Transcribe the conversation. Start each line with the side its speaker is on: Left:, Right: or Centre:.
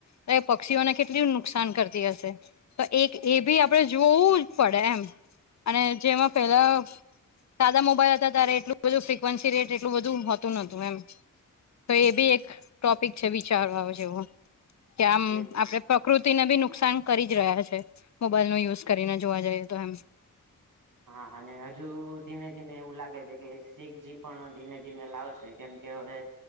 Left: તો એ પક્ષીઓને કેટલી નુકસાન કરતી હશે? તો એક એ બી આપડે જોવું જ પડે એમ. અને જેમાં પેલા સાદા મોબાઈલ હતા ત્યારે એટલું બધું ફ્રિકવન્સી રેટ બધું હોતું નતું એમ. તો એ બી એક ટોપિક છે વિચારવા જેવો કે આમ
Right: બિલકુલ
Left: આપડે પ્રકૃતિને બી નુકસાન કરી જ રહ્યા છે, મોબાઈલનો યુઝ કરીને જોવા જઈએ તો એમ.
Right: હા અને હજુ ધીમે ધીમે એવું લાગે છે કે શીખજી પણ ધીમે ધીમે લાવશે. છે કેમ કે હવે